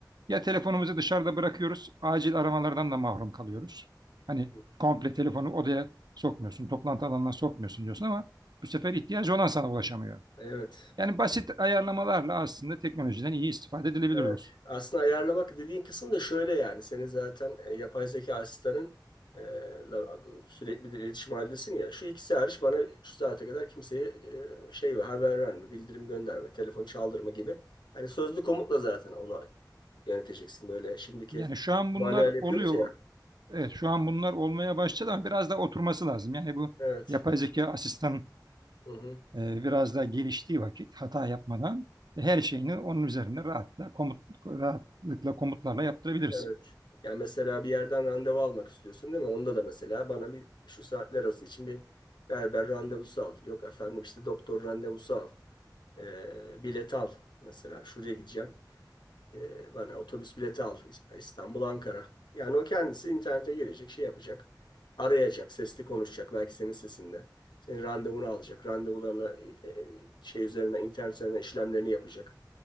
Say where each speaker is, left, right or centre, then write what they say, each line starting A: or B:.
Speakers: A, on the right (about 65°); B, on the left (about 80°).
A: Ya telefonumuzu dışarıda bırakıyoruz, acil aramalardan da mahrum kalıyoruz. Hani
B: hı.
A: komple telefonu odaya sokmuyorsun, toplantı alanına sokmuyorsun diyorsun ama bu sefer ihtiyacı olan sana ulaşamıyor.
B: Evet.
A: Yani basit ayarlamalarla aslında teknolojiden iyi istifade edilebilir
B: Evet.
A: dostum.
B: Aslında ayarlamak dediğin kısım da şöyle yani. Senin zaten e, yapay zeka asistanın e, la- sürekli de iletişim halindesin ya. Şu ikisi hariç bana şu saate kadar kimseye e, şey ve haber verme, bildirim gönderme, telefon çaldırma gibi. Hani sözlü komutla zaten onu yöneteceksin. Böyle şimdiki
A: Yani şu an
B: manuel
A: bunlar
B: yapıyoruz
A: oluyor
B: ya.
A: Evet, şu an bunlar olmaya başladı ama biraz daha oturması lazım. Yani bu
B: Evet.
A: yapay zeka asistanını
B: Hı hı.
A: e, biraz daha geliştiği vakit hata yapmadan her şeyini onun üzerine rahatla komut rahatlıkla komutlarla yaptırabiliriz.
B: Evet. Yani mesela bir yerden randevu almak istiyorsun değil mi? Onda da mesela bana bir şu saatler arası için bir berber randevusu al. Yok efendim işte doktor randevusu al. Ee, bilet al mesela. Şuraya gideceğim. Ee, bana otobüs bileti al. İs- İstanbul, Ankara. Yani o kendisi internete girecek, şey yapacak. Arayacak, sesli konuşacak belki senin sesinde. Senin randevunu alacak. Randevularına e, e, şey üzerine, internet üzerinden işlemlerini yapacak.